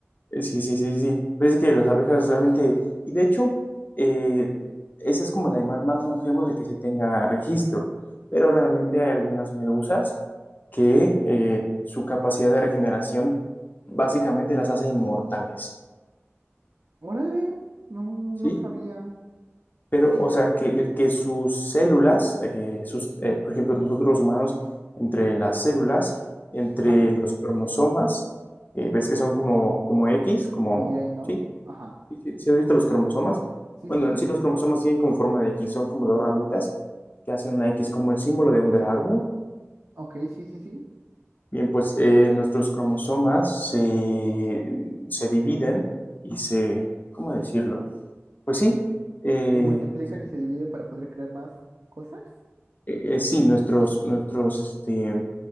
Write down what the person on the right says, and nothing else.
Órale, no,
no sabía.
Ajá,
y Y, ¿no?
Ajá.
Sí,
sí, sí.
Ok, sí, sí, sí.
Se multiplican
y se divide para poder crear más cosas.